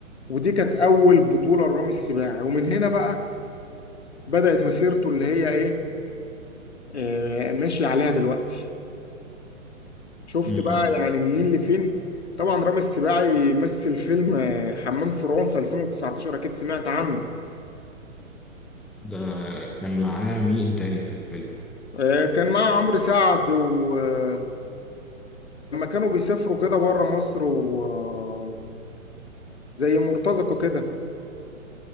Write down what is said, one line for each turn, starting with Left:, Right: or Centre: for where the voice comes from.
Left: ودي كانت اول بطولة لرامي السباعي ومن هنا بقى بدأت مسيرته اللي هي ايه آه، ماشي عليها دلوقتي شفت
Centre: م-
Left: بقى
Centre: م-
Left: يعني منين لفين طبعا رامي السباعي مثل فيلم آه، حمام فرعون في 2019 اكيد سمعت عنه
Centre: ده كان معاه مين تاني في الفيلم
Left: آه، كان مع عمرو سعد ولما كانوا بيسافروا كده بره مصر وزي مرتزقة كده